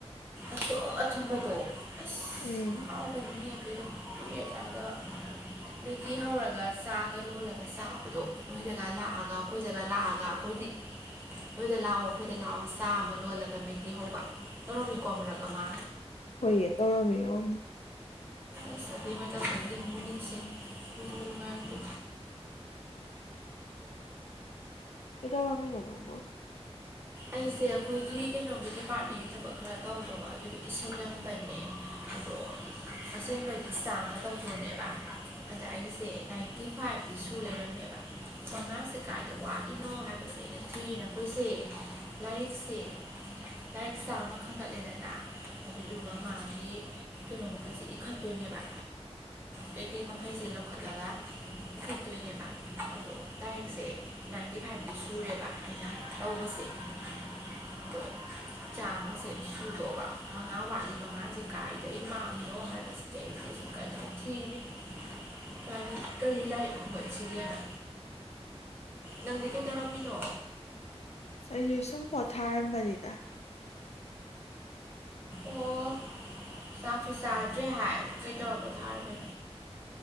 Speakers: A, on the right (about 20°); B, on the left (about 80°).
A: ꯑꯇꯨꯝ ꯑꯊꯨꯝꯕꯗꯣ ꯑꯁ
B: ꯎꯝ
A: ꯍꯥꯎꯕꯅꯤꯍꯦ ꯑꯗꯨꯗꫭ ꯀꯨꯏꯔꯦꯆꯥꯗꯕ ꯃꯦꯒꯤ ꯍꯧꯔꯒ ꯆꯥ ꯒ ꯂꯣꯜꯂꯒ ꯆꯥꯕꯗꯣ ꯅꯣꯏꯗꯒ ꯂꯥꯛꯑꯒ ꯑꯩꯈꯣꯏꯗꯒ ꯂꯥꯛꯑꯒ ꯑꯩꯈꯣꯏꯗꯤ ꯅꯣꯏꯗ ꯂꯥꯛꯑꯣ ꯑꯩꯈꯣꯏꯗ ꯂꯥꯛꯑꯣ ꯆꯥ ꯑꯃ ꯂꯣꯜꯂꯒ ꯃꯦꯒꯤ ꯍꯧꯕ ꯇꯧꯔꯝꯃꯤꯀꯣ ꯃꯔꯛ ꯑꯃ
B: ꯍꯣꯏꯌꯦ ꯇꯧꯔꯝꯃꯦ ꯌꫭꯝꯅ
A: ꯑꯁ ꯑꯗꯨꯏ ꯃꯇꯝꯗꫭ ꯅꯨꯡꯕꯨ ꯅꯨꯡꯁꯤ ꯅꯨꯡꯕꯨ ꯅꯨꯡꯉꯥꯏꯇꯦ
B: ꯀꯩꯗꯧꯔꯝ ꯃꯤꯅꫭ ꯅꯪꯕꫭ
A: ꯑꯩꯁꯦ ꯑꯩꯈꯣꯏꯒꯤ ꯀꯩꯅꯣꯒꯤ ꯗꯤꯄꯥꯔꯠꯃꯦꯟꯒꯤ ꯊꯕꯛ ꯈꯔ ꯇꯧꯗꯧꯕ ꯑꯗꯨꯗꯨ ꯏꯁꯜꯂꯝꯕꯅꯦ ꯑꯗꯣ ꯑꯁꯦꯡꯕꯩꯗꯤ ꯆꯥꯝꯃ ꯇꯧꯗꫭꯅꯦꯕ ꯑꯗ ꯑꯩꯁꯦ ꯅꯥꯏꯟꯇꯤ ꯐꯥꯏꯚꯇꯤ ꯁꯨ ꯂꯩꯔꯝꯃꯦꯕ ꯃꯉꯥꯁꯦ ꯀꯥꯏꯗ ꯋꯥꯠꯂꯤꯅꯣ ꯍꯥꯏꯕꯁꯦ ꯑꯩꯅ ꯊꯤꯔ ꯑꯩꯈꯣꯏꯁꯦ ꯂꯥꯏꯔꯤꯛꯁꯦ ꯂꯥꯏꯔꯤꯛ ꯆꯥꯝꯃ ꯈꯟꯒꯠꯂꯦꯗꯅ ꯑꯗꯨꯗꯨꯒ ꯃꯥꯒꯤ ꯀꯩꯅꯣ ꯃꯈꯩꯁꯦ ꯏꯈꯠꯇꯣꯏꯅꯦꯕ ꯀꯩꯀꯩ ꯃꯈꯩꯁꯦ ꯂꯧꯈꯠꯂꯒ ꯏꯈꯠꯇꯣꯏꯅꯦꯕ ꯑꯗꯣ ꯂꯥꯏꯔꯤꯛꯁꯦ ꯅꯥꯏꯟꯇꯤ ꯐꯥꯏꯚꯗꯤ ꯁꯨꯔꯦꯕ ꯑꯩꯅ ꯇꯧꯕꯁꯦ ꯑꯗꯣ ꯆꯥꯃꯁꯦ ꯁꯨꯗꯣꯕ ꯃꯉꯥ ꯋꯥꯠꯂꯤ ꯃꯉꯥꯁꯦ ꯀꯥꯏꯗꯩ ꯃꯥꯡꯉꯤꯅꯣ ꯍꯥꯏꯕꯕꯁꯦ ꯑꯩꯗ ꯍꯧꯖꯤꯛ ꯀꯟꯅ ꯊꯤꯔꯤ ꯀꯔꯤ ꯀꯔꯤ ꯂꯥꯏꯔꯤꯛ ꯈꯨꯝꯒꯠꯁꯤꯒꯦꯅ ꯅꯪꯗꯤ ꯀꯩꯗꯧꯔꯝꯃꯤꯅꯣ
B: ꯑꯩꯁ ꯁꯨꯝ ꯄꯣꯊꯥꯔꯝꯕꯅꯤꯗ
A: ꯑꯣ ꯆꯥꯛꯁꯨ ꯆꯥꯗ꯭ꯔꯦ ꯍꯥꯏ ꯀꯩ ꯇꯧꯔ ꯄꯣꯊꯥꯔꯕ